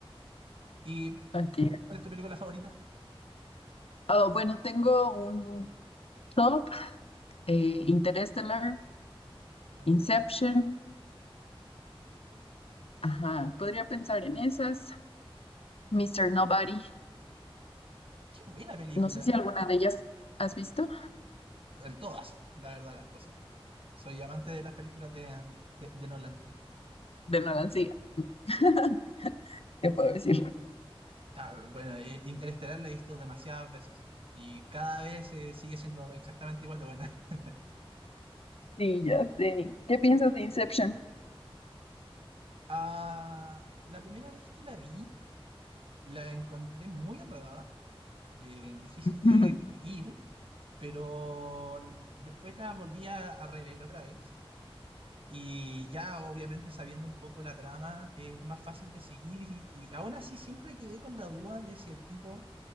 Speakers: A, on the right; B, on the left.
A: ¿Y
B: Ok.
A: cuál es tu película favorita?
B: Oh, bueno, tengo un top, eh, Interstellar,
A: Oh,
B: Inception. Ajá, podría pensar en esas. Mister Nobody.
A: qué buena película.
B: No sé si alguna de ellas has visto.
A: el todas, la verdad, las cosas. Soy amante de las películas de, de, de Nolan.
B: De Nolan, sí. <laughs> ¿Qué puedo decir?
A: Ah, bueno, eh, Interestelar la he visto demasiadas veces y cada vez eh, sigue siendo exactamente igual de buena. <laughs>
B: Sí, ya sé. ¿Qué piensas de Inception?
A: Ah, la primera vez que la vi, la encontré muy enredada, eh, difícil
B: <laughs>
A: de seguir, pero l- después la volví a, a rever otra vez. Y ya obviamente sabiendo un poco la trama es más fácil de seguir y, y aún así siempre quedé con la duda de si el tipo